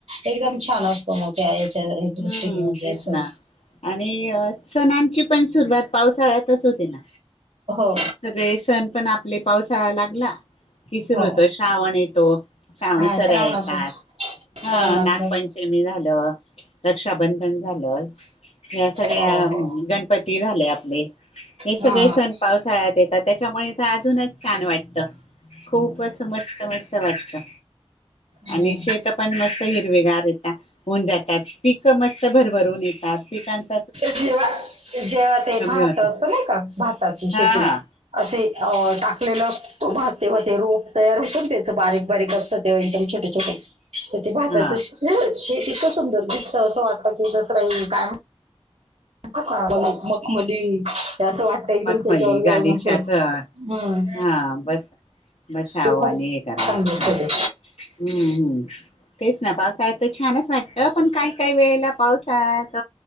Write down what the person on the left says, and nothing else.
हम्म
तेच
ना आणि सणांची पण सुरुवात पावसाळ्यातच होते ना
सगळे सण पण आपले पावसाळा लागला कि सुरू
होतो श्रावण येतो, श्रावण
सऱ्या
येतात. हा
नागपंचमी झालं रक्षाबंधन झालंय. या सर्या
गणपती ती झाले आपले हे सगळे
सण पावसाळ्यात येता. <unintelligible> त्यामुळे तर अजूनच छान वाटत. करता खूपच मस्त मस्त वाटत. अच्छा.
आणि शेत पण मस्त येत. हिरवेगार येता, होऊन जातात. पिकं मस्त भरभरून येतात. पिकांच
होत
हा
हा
हा
मखमली
गालीच्याच
हा बस बसावं
आणि हे करावं
असं
वाटत
हम्म तेच ना पावसाळ्यात तर छानच वाटत पण काही काही वेळेला पावसाळ्यात